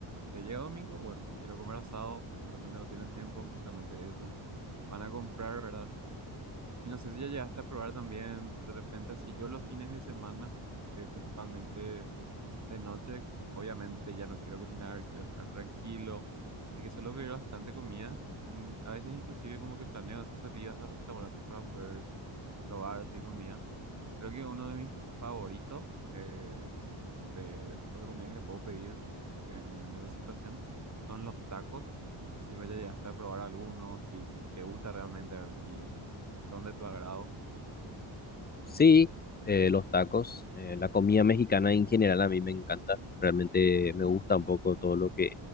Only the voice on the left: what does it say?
Sí, eh, los tacos, eh, la comida mexicana en general a mí me encanta, realmente me gusta un poco todo lo que